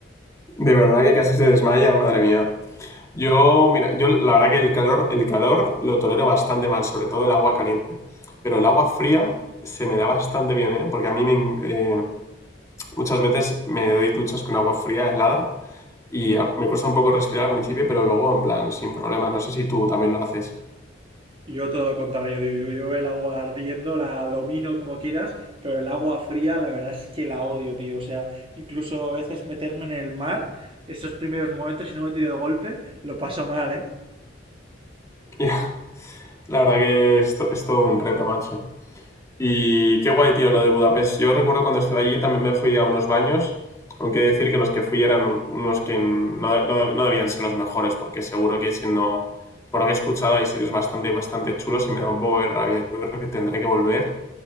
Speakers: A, on the left; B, on the right.
A: De verdad que casi se desmaya, madre mía. Yo, mira, yo la verdad que el calor, el calor lo tolero bastante mal, sobre todo el agua caliente. Pero el agua fría se me da bastante bien, ¿eh? Porque a mí me in- eh, muchas veces me doy duchas con agua fría, helada, y a- me cuesta un poco respirar al principio, pero luego, en plan, sin problema. No sé si tú también lo haces.
B: Yo todo lo contrario, tío. Yo, yo el agua ardiendo la domino como quieras, pero el agua fría la verdad es que la odio, tío. O sea, incluso a veces meterme en el mar, esos primeros momentos, si no me tiro de golpe, lo paso mal, ¿eh?
A: <laughs> La verdad que esto es todo un reto, macho. Y qué guay, tío, lo de Budapest. Yo recuerdo cuando estuve allí también me fui a unos baños, aunque he de decir que los que fui eran unos que no, no- no debían ser los mejores, porque seguro que siendo, por lo que he escuchado, hay sitios bastante, bastante chulos y me da un poco de rabia. Yo creo que tendré que volver